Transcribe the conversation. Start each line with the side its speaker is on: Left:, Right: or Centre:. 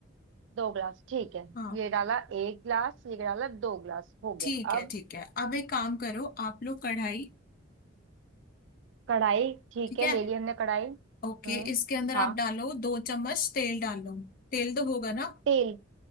Right: दो गिलास ठीक है
Left: हाँ
Right: ये डाला एक गिलास ये डाला दो गिलास हो
Left: ठीक
Right: गया
Left: है
Right: अब
Left: ठीक है अब एक काम करो आप लोग कढ़ाई
Right: कढ़ाई ठीक
Left: ठीक
Right: है
Left: है
Right: ले ली हमने कढ़ाई हम्म
Left: ओके इसके अंदर आप
Right: हाँ
Left: डालो दो चम्मच तेल डाल लो तेल तो होगा ना
Right: तेल